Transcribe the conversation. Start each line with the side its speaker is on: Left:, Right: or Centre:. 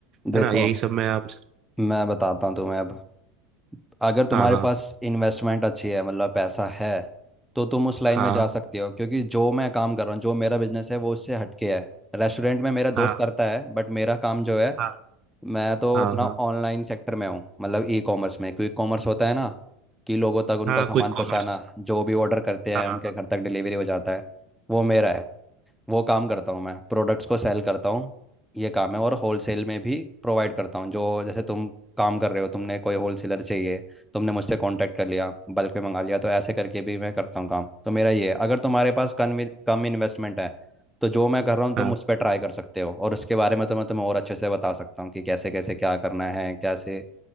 Centre: देखो
Right: है ना यही सब मैं आप
Centre: मैं बताता हूँ तुम्हें अब अगर तुम्हारे
Right: हाँ हाँ
Centre: पास इन्वेस्टमेंट अच्छी है मतलब पैसा है तो तुम उस लाइन
Right: हाँ
Centre: में जा सकती हो क्योंकि जो मैं काम कर रहा हूँ जो मेरा बिजनेस है वो उससे हटके है रेस्टोरेंट में मेरा दोस्त
Right: हाँ
Centre: करता है बट मेरा काम जो है
Right: हाँ
Centre: मैं तो
Right: हाँ
Centre: अपना
Right: हाँ
Centre: ऑनलाइन सेक्टर में हूँ मतलब ई कॉमर्स में क्विक कॉमर्स होता है ना कि लोगों तक उनका
Right: हाँ
Centre: सामान
Right: क्विक
Centre: पहुँचाना
Right: कॉमर्स
Centre: जो भी ऑर्डर करते हैं
Right: हाँ quick
Centre: उनके
Right: commerce, हाँ
Centre: घर तक डिलीवरी हो जाता है वो मेरा है वो काम करता हूँ मैं प्रोडक्ट्स को सेल करता हूँ ये काम है और होलसेल में भी प्रोवाइड करता हूँ जो जैसे तुम काम कर रहे हो तुमने कोई होलसेलर चाहिए तुमने मुझसे कांटेक्ट कर लिया बल्क में मंगा लिया तो ऐसे करके भी मैं करता हूँ काम तो मेरा ये है अगर तुम्हारे पास कम कम इन्वेस्टमेंट है तो जो मैं कर रहा हूँ तुम
Right: हाँ
Centre: उस पर ट्राई कर सकते हो और उसके बारे में तो मैं तुम्हें और अच्छे से बता सकता हूँ कि कैसे कैसे क्या करना है कैसे